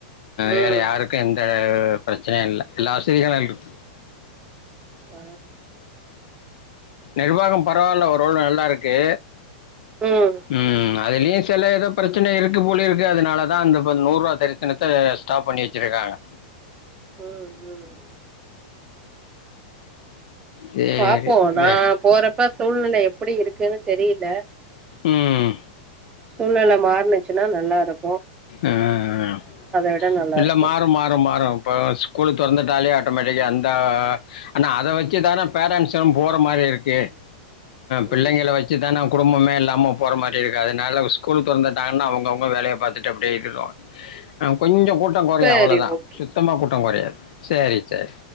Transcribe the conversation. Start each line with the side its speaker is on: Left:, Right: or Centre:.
Left: வேறு
Right: ம்
Left: யாருக்கும் எந்த ஹ பிரச்சனை இல் எல்லா வசதிகளு அதுல் இரு
Right: ஹ
Left: நிர்வாகம் பரவால்ல ஓரளவுக்கு நல்லா இருக்கு கே
Right: ம்
Left: உம் அ அது இனிஷியலா ஏதோ பிரச்சனை இருக்கு போலிருக்கு அதனாலதான் அந்த இப்ப நூரூவா தரிசனத்த ஸ்டாப் பண்ணி வச்சிருக்காங்க
Right: உம் உம்
Left: சரி
Right: பாப்போம் நான்
Left: வே
Right: போறப்ப சூழ்நில எப்டி இருக்குன்னு தெரில
Left: உம்
Right: சூழ்நில மாற்னுச்சுன்னா நல்லா இருக்கும்
Left: உம்
Right: விட நல்லா
Left: இல்ல
Right: இருக்கு
Left: மாறும்-மாறும்-மாறும் இப்ப ஸ்கூலு திறந்து தலே ஆட்டோமேட்டிக்கா அந்தத அத வெச்சிதானே பெரன்ட்ஸ்ஸும் போற மாதிரி இருக்கு பிள்ளகளை
Right: ம்
Left: வச்சிதனே குடும்பமே இல்லாம போற மாதிரியிருக்கு அதனால ஸ்கூல் தொறந்துட்டாங்கனா அவுங்க- அவுங்க வேலையை பாத்துட்டு அப்படியே இதுதான் கொஞ்சம் கூட்டம் குறையும்
Right: சரி
Left: அவ்ளவுதான்
Right: ஓகே
Left: சுத்தமா கூட் <unintelligible> குறையாது செரி-செரி